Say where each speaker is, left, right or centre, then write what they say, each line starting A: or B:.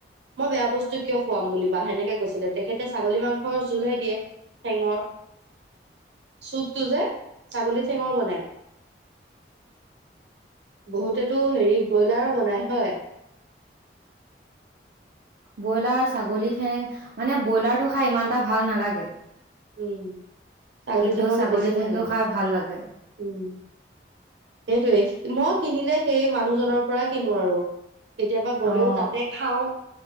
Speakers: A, on the right; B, on the right.
A: মই বেয়া বস্তু কিয় খুৱাম বুলি দিম সেনেকে কৈছিলে তেখেতে ছাগলী মাংসৰ জোলহে দিয়ে ঠেঙৰ চুপটো যে ছাগলী ঠেঙৰ বনাই বহুতে টো হেৰি ব্ৰইলাৰো বনাই হয়
B: ব্ৰইলাৰ ছাগলী ঠেং মানে ব্ৰইলাৰটো খাই ইমান এটা ভাল নালাগে।
A: উম ছাগলী
B: কিন্তু
A: চেঙৰটো
B: ছাগলী
A: বেছি
B: ঠেংটো
A: ভাল লাগে
B: খাই ভাল লাগে।
A: উম সেইটোৱে মই কিনিলে সেই মানুহজনৰ পৰা কিনো আৰু- কেতিয়াবা গলেও
B: অ',
A: তাতে খাওঁ